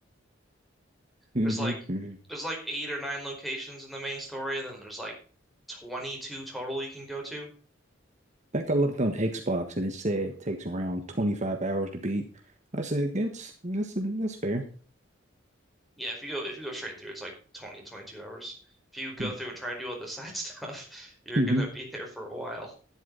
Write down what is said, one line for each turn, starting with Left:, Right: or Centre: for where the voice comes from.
Right: Mm-hmm.
Centre: There's like
Right: Mm-hmm.
Centre: there's like eight or nine locations in the main story, and then there's like 22 total you can go to.
Right: I think I looked on Xbox and it said it takes around 25 hours to beat. I said, that's that's that's fair.
Centre: Yeah, if you go if you go straight through, it's like 20, 22 hours. If you go
Right: Mm,
Centre: through and try and do all the side <laughs> stuff, you're
Right: Mm-hmm.
Centre: gonna be there for a while.